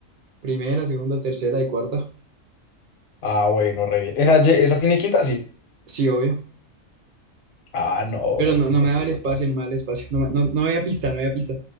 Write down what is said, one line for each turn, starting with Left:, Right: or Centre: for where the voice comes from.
Right: primera, segunda, tercera y cuarta.
Left: Ah, bueno, re bien. ¿Esa, ye- esa tiene quinta? Sí.
Right: Sí, obvio.
Left: Ah, no,
Right: Pero
Left: bro,
Right: no,
Left: pues
Right: no me
Left: así
Right: daba
Left: es
Right: el
Left: botado.
Right: espacio, no me daba el espacio, no, me- no, no había pista, no había pista.